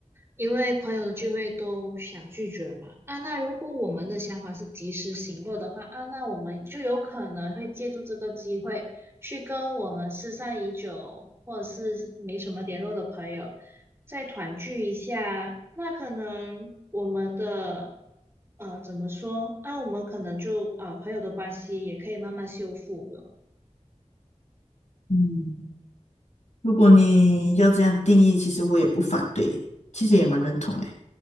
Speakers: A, on the right (about 20°); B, on the left (about 70°).
A: 因为朋友的聚会都想拒绝嘛，啊，那如果我们的想法是及时行乐的话，啊，那我们就有可能会借助这个机会。去跟我们失散已久或者是没什么联络的朋友再团聚一下，那可能我们的呃怎么说？那、我们可能就啊、朋友的关系也可以慢慢修复了。
B: 嗯，如果你要这样定义，其实我也不反对，其实也蛮认同诶。